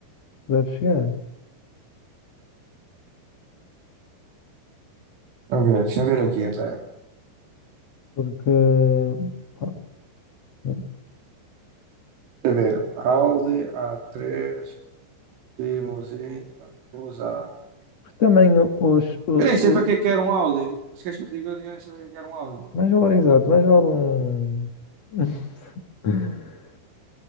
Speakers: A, on the left (about 45°); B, on the right (about 80°).
A: deve chegar.
B: Deixa eu ver, deixa eu ver aqui até. Deixa
A: Porque, pá, né,
B: eu ver, Audi a três limusine usado.
A: porque também os, o,
B: Eu nem sei
A: o-
B: para que é que era um Audi. Se queres que eu te diga, eu nem sei para que é que era um Audi.
A: mais vale, exato, mais vale um. <laughs>